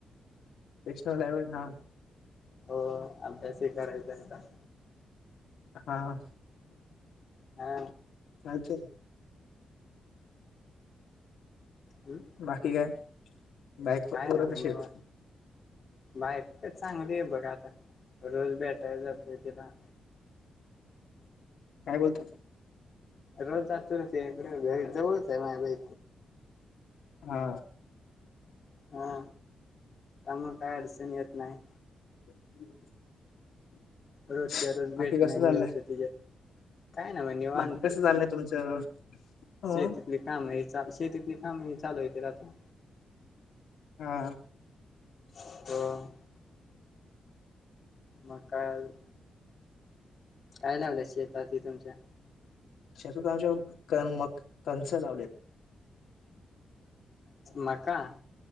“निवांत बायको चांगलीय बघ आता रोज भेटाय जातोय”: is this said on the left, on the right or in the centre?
Left